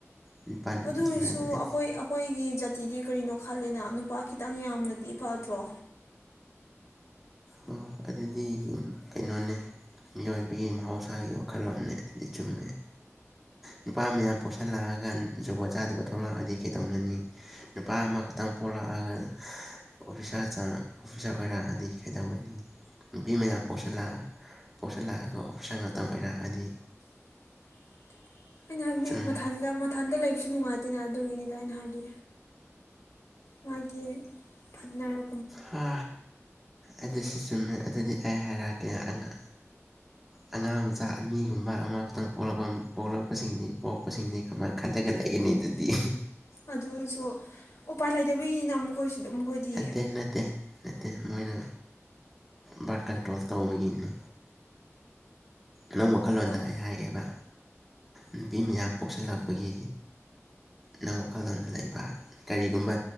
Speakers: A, in the centre; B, on the left.
A: ꯅꯨꯄꯥ ꯅꯨꯄꯤ
B: ꯑꯗꯨ ꯑꯣꯏꯔꯁꯨ
A: ꯈꯦꯠꯅꯕ ꯂꯩꯇꯦ
B: ꯑꯩꯈꯣꯏ ꯑꯩꯈꯣꯏꯒꯤ ꯖꯥꯇꯤꯗꯤ ꯀꯔꯤꯅꯣ ꯈꯜꯂꯦꯅ ꯅꯨꯄꯥ ꯈꯤꯇꯪ ꯌꯥꯝꯕꯅꯗꯤ ꯐꯗ꯭ꯔꯣ
A: ꯑꯣ ꯑꯗꯨꯗꯤ ꯌꯨꯝ ꯀꯩꯅꯣꯅꯦ ꯃꯤꯑꯣꯏꯕꯒꯤ ꯃꯍꯧꯁꯥꯒꯤ ꯋꯥꯈꯜꯂꯣꯟꯅꯦ ꯑꯗꯨꯗꯤ ꯆꯨꯝꯃꯦ ꯅꯨꯄꯥ ꯃꯌꯥꯝ ꯄꯣꯛꯁꯜꯂꯛꯑꯒ ꯖꯨꯒꯣꯠ ꯆꯥꯗꯕ ꯊꯣꯛꯂꯛꯑꯗꯤ ꯀꯩꯗꯧꯅꯅꯤ ꯅꯨꯄꯥ ꯑꯃꯈꯛꯇꯪ ꯄꯣꯛꯂꯛꯑꯒ ꯑꯣꯐꯤꯁꯥꯔ ꯆꯥꯡ ꯑꯣꯐꯤꯁꯥꯔ ꯑꯣꯏꯔꯛꯑꯗꯤ ꯀꯩꯗꯧꯒꯅꯤ ꯅꯨꯄꯤ ꯃꯌꯥꯝ ꯄꯣꯛꯁꯜꯂ ꯄꯣꯠꯁꯤꯜꯂꯛꯑꯒ ꯑꯣꯐꯤꯁꯥꯔ ꯉꯥꯛꯇ ꯑꯣꯏꯔꯛꯑꯗꯤ
B: <inaudible> ꯑꯩꯅ ꯍꯥꯏꯕꯗꯤ
A: ꯆꯨꯝ
B: ꯃꯊꯟꯗ ꯃꯊꯟꯗ ꯂꯩꯕꯁꯨ ꯅꯨꯡꯉꯥꯏꯇꯦꯅ ꯑꯗꯨꯒꯤꯅꯤꯗ ꯑꯩꯅ ꯍꯥꯏꯗꯤ ꯃꯥꯒꯤ ꯄꯥꯠꯅꯔ
A: ꯍꯥ ꯑꯗꯨꯁꯨ ꯆꯨꯝꯃꯦ ꯑꯗꯨꯗꯤ ꯑꯩ ꯍꯥꯏꯔꯛꯑꯒꯦ ꯑꯉꯥ ꯑꯉꯥꯡ ꯃꯆꯥ ꯑꯅꯤꯒꯨꯝꯕ ꯑꯃꯈꯛꯇꯪ ꯄꯣꯛꯂꯛꯄ ꯄꯣꯛꯂꯛꯄꯁꯤꯡꯗꯤ ꯄꯣꯛꯄꯁꯤꯡꯗꯤ ꯀꯃꯥꯏ ꯈꯠꯂꯒ ꯂꯩꯒꯅꯤ ꯑꯗꯨꯗꯤ
B: ꯑꯗꯨ ꯑꯣꯢꯖꯨ ꯎꯄꯥꯏ ꯂꯩꯇꯕꯒꯤꯅ ꯃꯈꯣꯏꯁꯨ ꯃꯈꯣꯏꯗꯤ
A: ꯅꯠꯇꯦ ꯅꯠꯇꯦ ꯅꯠꯇꯦ ꯃꯣꯏꯅ ꯕꯥꯔꯠ ꯀꯟꯇ꯭ꯔꯣꯜ ꯇꯧꯕꯒꯤꯅꯤ ꯅꯪ ꯋꯥꯈꯜꯂꯣꯟꯗ
B: ꯑꯗꯨꯝ
A: ꯑꯩ ꯍꯥꯏꯒꯦꯕ ꯅꯨꯄꯤ ꯃꯌꯥꯝ ꯄꯣꯛꯁꯜꯂꯛꯄꯒꯤ ꯅꯪ ꯋꯥꯈꯜꯂꯣꯟꯗ ꯂꯩꯕ ꯀꯔꯤꯒꯨꯝꯕ